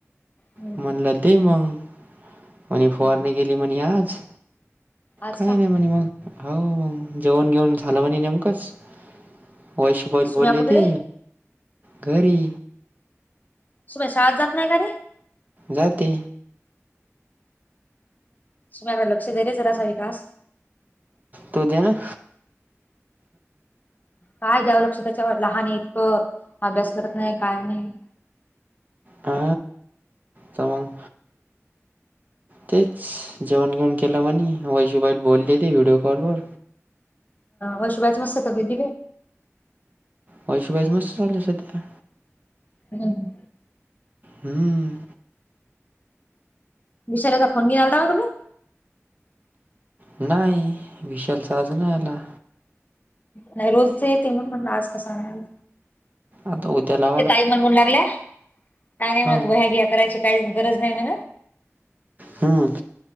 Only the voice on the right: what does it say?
म्हणलं दे मंग म्हणे फुवारनी
केली म्हणे आज.
काही
नाही म्हणे मग, हो मग जेवण घेऊन झालं म्हणे नेमकंच. होय वैशभ ऑईल बोलले
ते
घरी.
जाती.
तू द्देना
हा चं मग तेच जेवण घेऊण केलं म्हणे, वैशू बाईलं बोलले ते व्हिडिओ कॉलवर.
ववैशुबाईच मस्त चालूये मस्त सध्या.
हम्म
नाही विशालचा अजून नाहीं आला.
आता उद्याला
हा
हम